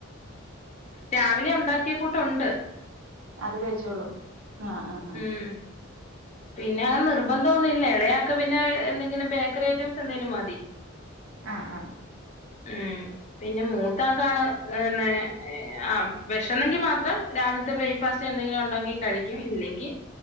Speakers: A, on the left; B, on the right.
A: രാവിലെ ഉണ്ടാക്കിയ കൂട്ട് ഉണ്ട്.
B: അത് കഴിച്ചോളും ആ ആ ആ.
A: ഉം പിന്നെ അങ്ങനെ നിർബന്ധം ഒന്നും ഇല് എളയാക്ക് പിന്നെ എന്തെങ്കിലും ബേക്കറി ഐറ്റംസ് എന്തെങ്കിലും മതി.
B: ആ ആ
A: ഉം പിന്നെ മൂത്താക്കാണ് ന്നെ ആ വെഷന്നെങ്കി മാത്രം രാവിൽത്തെ ബ്രേക്ക്ഫാസ്റ്റ് എന്തെങ്കിലും ഉണ്ടാ ക്കി കഴിക്കും ഇല്ലെങ്കിൽ